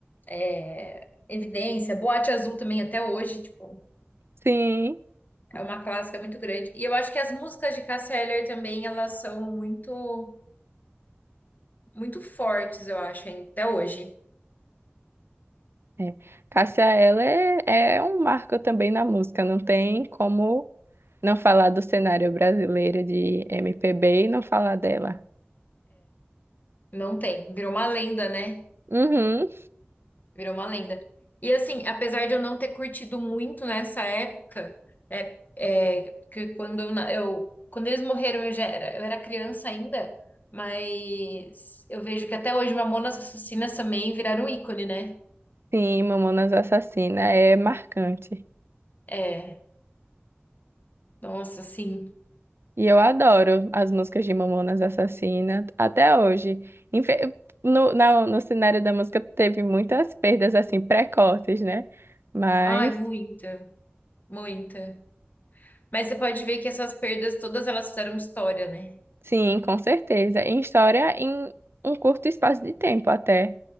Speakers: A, on the left; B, on the right.
A: é, evidência, Boate Azul também até hoje, tipo,
B: Sim.
A: é uma clássica muito grande. E eu acho que as músicas de Cássia Eller também, elas são muito, muito fortes, eu acho, hein, até hoje.
B: É. Cássia Eller é, é um marco também na música. Não tem como não falar do cenário brasileiro de MPB e não falar dela.
A: Não tem, virou uma lenda, né?
B: Uhum.
A: Virou uma lenda. E assim, apesar de eu não ter curtido muito nessa época, é, é, que quando eu, na- eu- quando eles morreram eu já era, eu era criança ainda, mas eu vejo que até hoje Mamonas Assassinas também viraram ícone, né?
B: Sim, Mamonas Assassina é marcante.
A: É, nossa, sim
B: E eu adoro as músicas de Mamonas Assassina até hoje. Infe- No, na- no cenário da música teve muitas perdas assim precoces, né? Mas
A: ai, muita, muita. Mas você pode ver que essas perdas todas elas fizeram história, né?
B: sim, com certeza. Em história, em um curto espaço de tempo até.